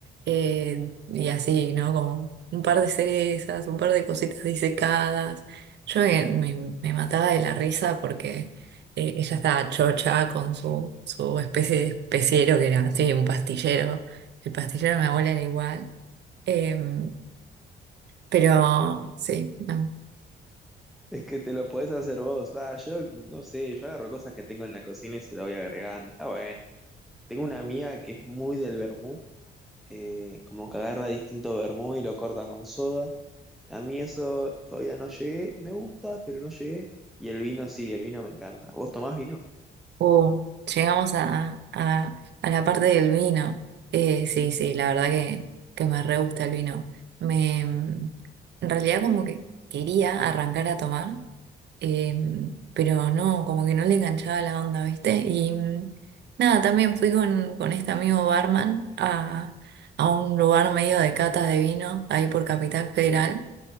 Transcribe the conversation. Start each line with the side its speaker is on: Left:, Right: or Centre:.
Right: eh, y así, ¿no? Como un par de cerezas, un par de cositas disecadas. Yo me, me- me mataba de la risa porque eh, ella estaba chocha con su, su especie de especiero que era así, un pastillero. El pastillero de mi abuela era igual. Em, pero sí, no.
Centre: Es que te lo podés hacer vos. Ah, yo no sé, yo agarro cosas que tengo en la cocina y se lo voy agregando. Está bueno. Tengo una amiga que es muy del vermú, eh, como que agarra distinto vermú y lo corta con soda. A mí eso todavía no llegué, me gusta, pero no llegué. Y el vino sí, el vino me encanta. ¿Vos tomás vino?
Right: O llegamos a, a- a la parte del vino. Eh, sí, sí, la verdad que, que me re gusta el vino. Me, mm, en realidad como que quería arrancar a tomar, eh, pero no, como que no le enganchaba la onda, ¿viste? Y mm, nada, también fui con, con este amigo barman a, a un lugar medio de cata de vino, ahí por Capital Federal.